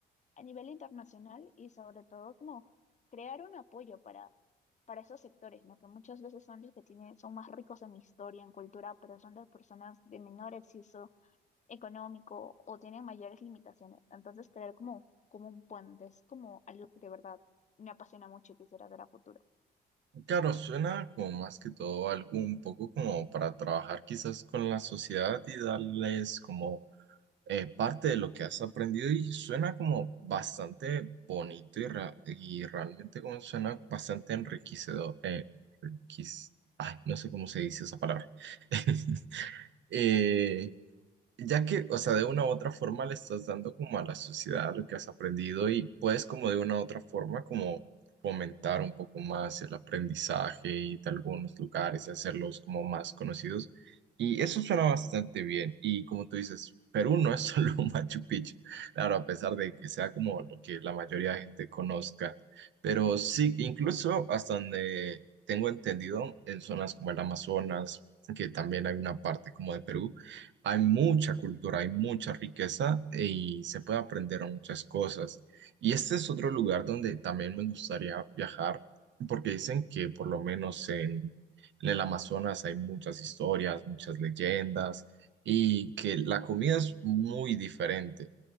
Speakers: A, on the left; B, on the right.
A: a nivel internacional y sobre todo como crear un apoyo para, para esos sectores, ¿no? Que muchas veces son los que tienen, son más ricos en historia, en cultura, pero son las personas de menor acceso económico o tienen mayores limitaciones. Entonces, crear como, como un puente es como algo que de verdad me apasiona mucho y quisiera hacer a futuro.
B: Claro, suena como más que todo algo un poco como para trabajar quizás con la sociedad y darles como eh, parte de lo que has aprendido y suena como bastante bonito y, ra- y realmente como suena bastante enriquecedor. eh, enriquec- Ay, no sé cómo se dice esa palabra. <laughs> Eh, ya que, o sea, de una u otra forma le estás dando como a la sociedad lo que has aprendido y puedes como de una u otra forma como fomentar un poco más el aprendizaje y de algunos lugares hacerlos como más conocidos. Y eso suena bastante bien. Y como tú dices, Perú no es <laughs> solo Machu Picchu. Claro, a pesar de que sea como lo que la mayoría de gente conozca. Pero sí, incluso hasta donde tengo entendido, en zonas como el Amazonas, que también hay una parte como de Perú hay mucha cultura, hay mucha riqueza eh, y se puede aprender muchas cosas. Y este es otro lugar donde también me gustaría viajar, porque dicen que por lo menos en, en el Amazonas hay muchas historias, muchas leyendas y que la comida es muy diferente.